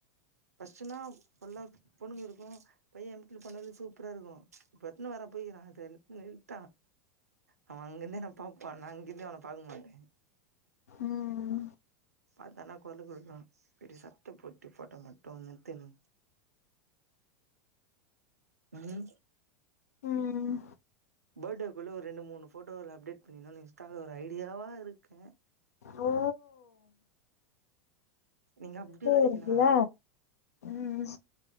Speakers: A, on the right; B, on the left.
A: பஸ்ட்டுனா புல்லா பொண்ணுங்கு இருக்கு பையன் எம்ட்டில போனாலே சூப் ப்புறா இருக்கு இப்பு எத்தன்னு வர போயிகிறா அதன் நில்ட்டா அவ அங்கிந்து என்ன பாப்பா நா இங்கிருந்தே அவன பாக்க மாட்டே
B: ம்
A: அதான கொரலு குடுக்னு பெட்டி சத்த போட்டு ஃபோட்டோ மட்டுன் நித்தினு ம்
B: ம்
A: படேக்குள்ள ஒரு ரெண்டு முணு ஃபோட்டோல் ல அப்டேட் பண்ணினோன் இன்ஸ்டால ஒரு ஐடியாவா இருக்க
B: ரோ
A: நீங்க அப்டி வரீங்களா
B: வருதுல்ல ம்